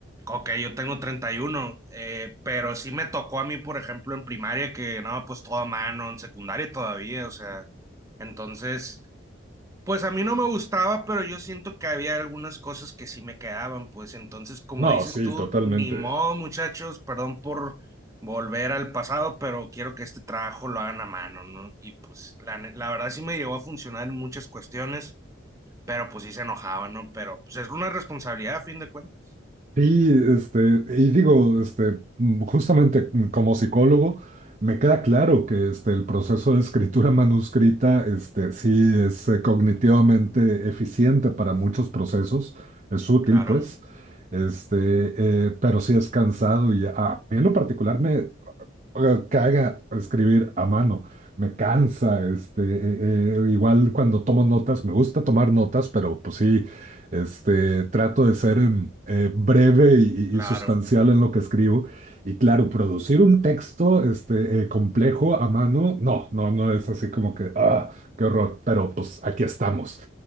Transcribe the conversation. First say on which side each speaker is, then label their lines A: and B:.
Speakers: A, on the right; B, on the right.
A: Ok, yo tengo 31, eh, pero sí me tocó a mí, por ejemplo, en primaria, que no, pues todo a mano, en secundaria todavía, o sea, entonces. Pues a mí no me gustaba, pero yo siento que había algunas cosas que sí me quedaban, pues entonces, como
B: No,
A: dices
B: sí,
A: tú,
B: totalmente.
A: ni modo, muchachos, perdón por volver al pasado, pero quiero que este trabajo lo hagan a mano, ¿no? Y pues la, ne- la verdad sí me llegó a funcionar en muchas cuestiones, pero pues sí se enojaba, ¿no? Pero pues es una responsabilidad a fin de cuentas.
B: Sí, este, y digo, este, mm, justamente mm, como psicólogo, me queda claro que este, el proceso de escritura manuscrita, este, sí es eh, cognitivamente eficiente para muchos procesos, es útil,
A: Claro,
B: pues, este, eh, pero sí es cansado y a a mí en lo particular me, eh, caga escribir a mano, me cansa, este, eh, eh, igual cuando tomo notas, me gusta tomar notas, pero pues sí, este, trato de ser em, eh, breve y,
A: claro.
B: y sustancial en lo que escribo. Y claro, producir un texto, este, eh, complejo a mano, no, no, no es así como que, ah, qué horror, pero pues aquí estamos.